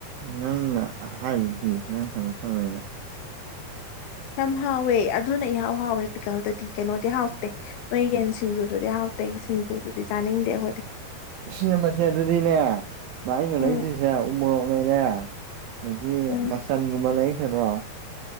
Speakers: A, on the right; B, on the left.
A: ꯅꯪꯅ ꯍꯥꯏꯔꯗꯤ ꯅꯪ ꯀꯩꯅꯣ ꯇꯧꯋꯦꯅ
B: ꯌꯥꯝ ꯍꯥꯎꯋꯦ ꯑꯗꯨꯅ ꯏꯍꯥꯎ ꯍꯥꯎꯋꯦ ꯄꯤꯀꯜꯗꯗꯤ ꯀꯩꯅꯣꯗꯤ ꯍꯥꯎꯇꯦ ꯃꯣꯏ ꯌꯦꯟꯁꯤꯡꯗꯨ ꯑꯗꯨꯗꯤ ꯍꯥꯎꯇꯩ ꯁꯤꯡꯖꯨꯗꯨꯗꯤ ꯆꯥꯅꯤꯡꯗꯦ ꯑꯩꯈꯣꯏꯗꯤ
A: ꯁꯦꯝꯕꯁꯦ ꯑꯗꯨꯗꯤꯅꯦ ꯃꯥ ꯑꯩꯅ
B: ꯎꯝ
A: ꯂꯩꯗꯣꯏꯁꯦ ꯎ ꯃꯣꯔꯣꯛ ꯂꯩꯔꯦ ꯑꯗꯒꯤ
B: ꯎꯝ
A: ꯃꯆꯟꯒꯨꯝꯕ ꯂꯩꯈ꯭ꯔꯣ